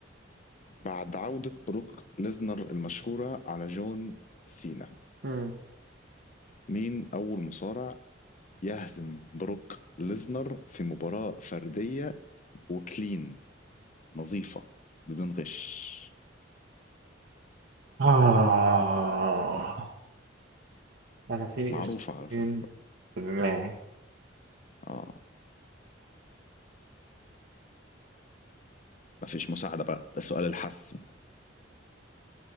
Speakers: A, on the left; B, on the right.
A: بعد عودة بروك ليزنر المشهورة على جون سينا
B: مم.
A: مين أول مصارع يهزم بروك ليزنر في مباراة فردية وكلين نظيفة بدون غش
B: آه أنا في
A: معروفة
B: اسمين
A: على فكرة
B: في دماغي
A: اه مفيش مساعدة بقى ده سؤال الحسم